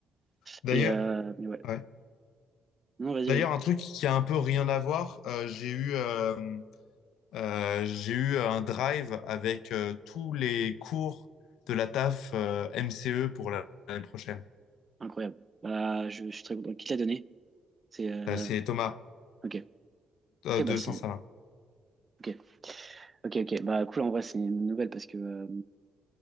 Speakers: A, on the left; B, on the right.
A: D'ailleurs,
B: Et euh, mais ouais.
A: ouais.
B: Non, vas-y,
A: D'ailleurs,
B: vas-y.
A: un truc qui a un peu rien à voir, euh, j'ai eu, euh, euh, j'ai eu un drive avec euh, tous les cours de la TAF euh, MCE pour la- l'année prochaine.
B: Incroyable. Bah, je, je suis très content. Qui te l'a donné? C'est euh,
A: Euh, c'est Thomas
B: ok.
A: euh,
B: Ok,
A: de
B: bah c'est
A: Saint-Salin.
B: ok. Ok, ok. Bah cool. En vrai, c'est une nouvelle parce que euh,